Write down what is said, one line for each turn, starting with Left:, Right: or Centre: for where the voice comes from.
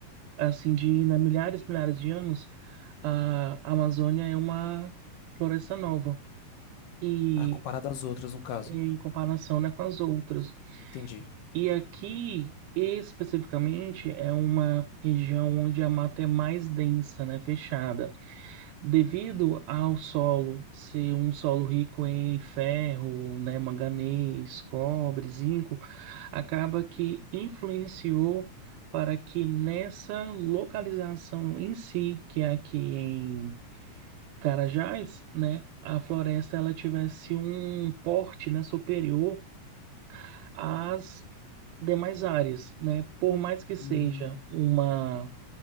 Right: assim, de, né, milhares, milhares de anos, a Amazônia é uma floresta nova. E
Left: Ah, comparado às outras, no caso.
Right: em comparação, né, com as outras.
Left: Entendi.
Right: E aqui, especificamente, é uma região onde a mata é mais densa, né, fechada. Devido ao solo ser um solo rico em ferro, né, manganês, cobre, zinco, acaba que influenciou para que nessa localização em si, que é aqui em Carajás, né, a floresta ela tivesse um porte, né, superior às demais áreas, né? Por mais que seja
Left: Hum,
Right: uma